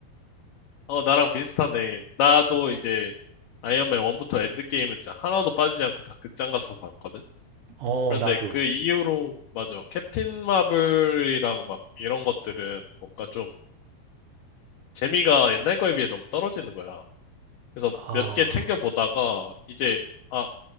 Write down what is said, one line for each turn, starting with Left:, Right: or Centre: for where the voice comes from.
Left: 어, 나랑 비슷하네. 나도 이제 아이언맨 1부터 엔드게임은 진짜 하나도 빠지지 않고 다 극장 가서 봤거든?
Right: 어,
Left: 그런데
Right: 나도.
Left: 그 이후로, 맞아. 캡틴 마블이랑 막 이런 것들은 뭔가 좀 재미가 옛날 거에 비해 너무 떨어지는 거야. 그래서
Right: 아,
Left: 몇 개 챙겨보다가 이제 아,